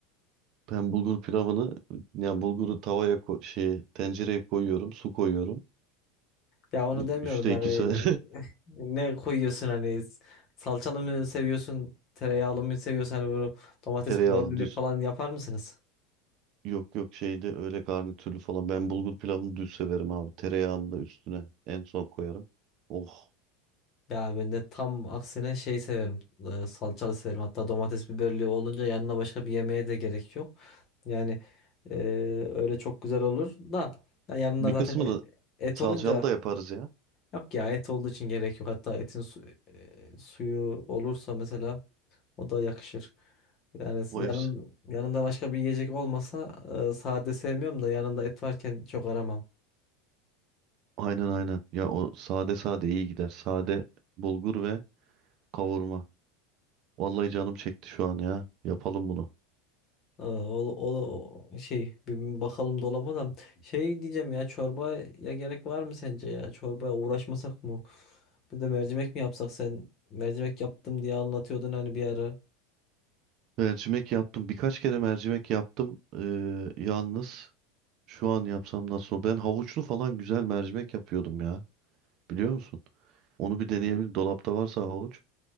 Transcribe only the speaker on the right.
Ben bulgur pilavını yani bulguru tavaya ko- şeye, tencereye koyuyorum, su koyuyorum.
Ü-
Üçte
ikisi <laughs>
tereyağlı
düz
Yok yok şeyde öyle garnitürlü falan. Ben bulgur pilavını düz severim abi. Tereyağını da üstüne en son koyarım. Oh.
Bir
kısmını
salçalı
da yaparız ya.
O
hepsi.
Aynen aynen. Ya o sade sade iyi gider. Sade bulgur ve kavurma. Vallahi canım çekti şu an ya. Yapalım bunu.
Mercimek yaptım. Birkaç kere mercimek yaptım. Ee, yalnız şu an yapsam nasıl olur? Ben havuçlu falan güzel mercimek yapıyordum ya. Biliyor musun? Onu bir deneyebilirim. Dolapta varsa havuç.